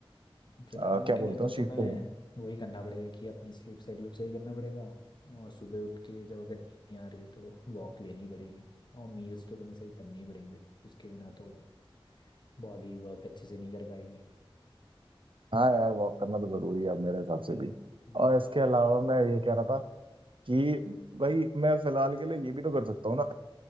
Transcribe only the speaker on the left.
फिलहाल
के लिए
तो
तुम्हें
वही करना पड़ेगा कि अपनी स्लीप शेड्यूल सही करना पड़ेगा और सुबह उठ के जब अगर नींद नहीं आ रही है तो वॉक लेनी पड़ेगी और मील्स तो तुम्हें सही करनी पड़ेंगे उसके बिना तो बॉडी वर्क अच्छे से नहीं कर पाएगी
हम्म,